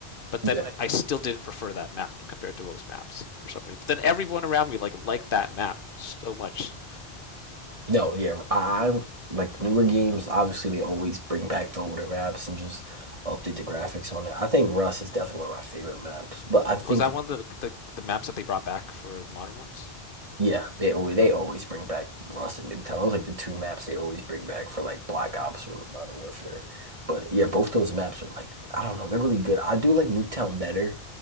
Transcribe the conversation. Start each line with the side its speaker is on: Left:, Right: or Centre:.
Left: But then
Right: Yeah.
Left: I still didn't prefer that map compared to most maps for some reason. But then everyone around me like liked that map so much.
Right: No, yeah, I- I'm like the newer games, obviously they always bring back the older maps and just update the graphics on it. I think Rust is definitely one of my favorite maps, but I think
Left: Was that one of the, the the maps that they brought back for the modern ones?
Right: Yeah, they always they always bring back Rust and Nuketown. Those are like the two maps they always bring back for like Black Ops or Modern Warfare. But yeah, both those maps are like I don't know, they're really good. I do like Nuketown better